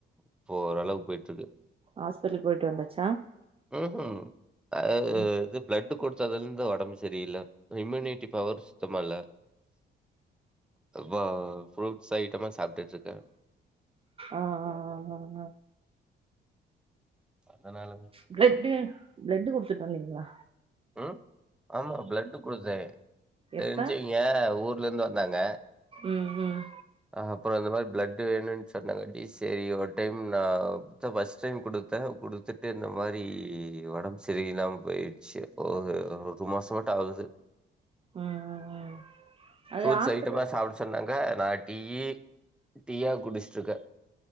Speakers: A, in the centre; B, on the right (about 30°).
A: இப்ப ஓரளவுக்கு போயிட்ருக்கு
B: ஹாஸ்பிட்டல் போயிட்டு வந்தாச்சா
A: ம்ஹூம் அது
B: ம்
A: இது ப்ளட்டு கொடுத் துல இருந்து ஒடம்பு சரியில்ல இம்யூனிட்டி பவர் சுத்தமா இல்ல வா ஃப்ரூட் சயிட்டமா சாப்ட்டுட்ருக்கே
B: அ அ அ அ அ
A: அதனால
B: ப்ளட்டு ப்ளடு குடுத் இது பண்ளீங்லா
A: ம் ஆமா ப்ளட்டு குடுத்தே தெரிஞ்சய்வங்க
B: எப்ப
A: ஊர்லருந்து இருந்தாங்க
B: ம் ம்
A: ஆ அப்றோ இந்த மாரி ப்ளட் பிளட்டு வேணுனு சொன்னாங்க டி சி ஐ ஒரு டைம் நா இப்தா ஃபர்ஸ்ட் டைம் குடுத்தே குடுத்துட்டு இந்த மாரி ஒடம்பு சரியில்லாம போயிர்ச்சு ஒரு ஒரு மாசமாட்டாவுது
B: ம் ம் ம் அது
A: ஃப்ரூட்ஸ்
B: ஹாஸ்பிட்டல்
A: ஐட்டெம்லா சாப்ட சொன்னாங்க நா டீயி டீயா குடிச்சுட்ருக்கே